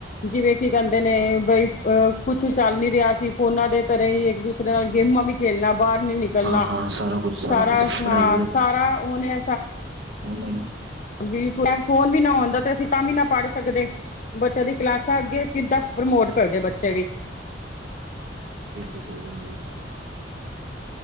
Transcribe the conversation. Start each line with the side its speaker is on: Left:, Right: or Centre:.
Left: ਜਿਵੇਂ ਕੀ ਕੈਂਦੇ ਨੇ ਬਈ ਅ ਕੁਛ ਚੱਲ ਨੀ ਰੇਆ ਸੀ ਫੋਨਾ ਦੇ ਤਰੇ ਈ ਏਕ ਦੂਸ ਨਾਲ ਗੇਮਾਂ ਵੀ ਖੇਲਨਾ ਬਾਰ ਨੀ ਗੱਲਾਂ,
Right: ਹਾਂ-ਹਾਂ, ਸਾਰਾ ਕੁਛ
Left: ਸਾਰਾ
Right: ਕੁਛ
Left: ਸ ਹਾਂ
Right: ਪੜ੍ਹਾਈ
Left: ਸਾਰਾ ਓਨੇ
Right: ਓਨਲਾਈਨ
Left: ਬਿਲਕੁਲ ਐ ਫੋਨ ਵੀ ਨਾ ਹੋਂਦਾ ਤੇ ਅਸੀ ਤਾਂ ਵੀ ਨਾ ਪੜ ਸਾਕਦੇ, ਬੱਚੇਆਂ ਦੀ ਕਲਾਸਾਂ ਅੱਗੇ ਕਿੱਦਾਂ ਪ੍ਰਮੋਟ ਕਰਦੇ ਬੱਚੇ ਵੀ। <inaudible>
Right: ਬਿਲਕੁਲ ਸਈ ਗੱਲ ਐ ਜੀ।